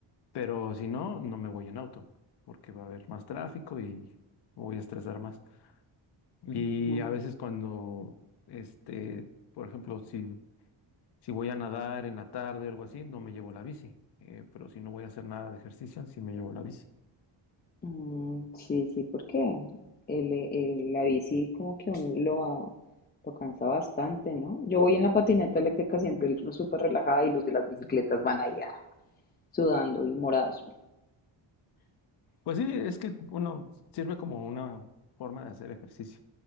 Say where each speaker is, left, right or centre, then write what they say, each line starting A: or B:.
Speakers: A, on the left; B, on the left.
A: Pero si no, no me voy en auto, porque va a haber más tráfico y me voy a estresar más. Y
B: ujú.
A: a veces cuando, este, por ejemplo, si Si voy a nadar en la tarde o algo así, no me llevo la bici. eh, pero si no voy a hacer nada de ejercicio, sí me llevo la bici.
B: Mm, sí, sí, porque el, el- la bici como que un- lo, a- lo cansa bastante, ¿no? Yo voy en la patineta eléctrica siempre el- súper relajada y los de las bicicletas van allá sudando y morados.
A: Pues sí, es que uno sirve como una forma de hacer ejercicio.